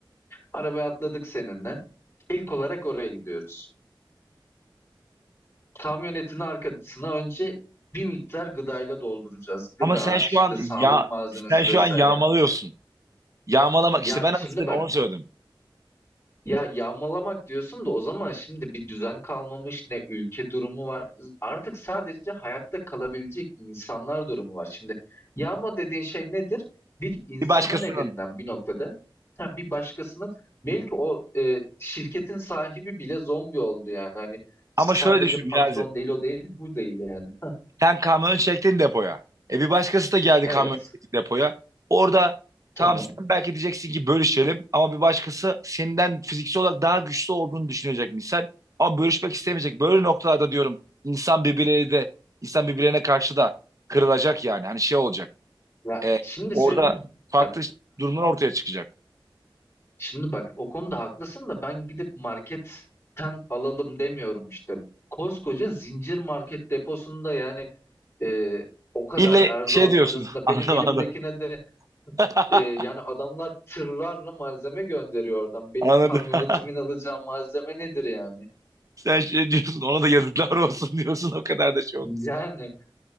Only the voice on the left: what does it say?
Arabaya atladık seninle. İlk olarak oraya gidiyoruz. Kamyonetin arkasına önce bir miktar gıdayla dolduracağız. Gıda,
işte
sağlık
malzemesi
vesaire.
Ya
şimdi
bak
Ya yağmalamak diyorsun da o zaman şimdi bir düzen kalmamış ne ülke durumu var. Artık sadece hayatta kalabilecek insanlar durumu var. Şimdi yağma dediğin şey nedir? Bir insanın
elinden bir noktada ha, bir başkasının belki o e, şirketin sahibi bile zombi oldu yani. Hani sadece
patron değil o değil bu değil yani. Ha,
evet
tamam.
Ya
şimdi
şöyle
bak.
Şimdi bak o konuda haklısın da ben gidip marketten alalım demiyorum işte. Koskoca zincir market deposunda yani e, o kadar
erzağın
arasında
benim elimdekine de
e, yani adamlar tırlarla malzeme gönderiyor oradan. Benim
kamyonetimin
alacağı malzeme nedir yani?
Yani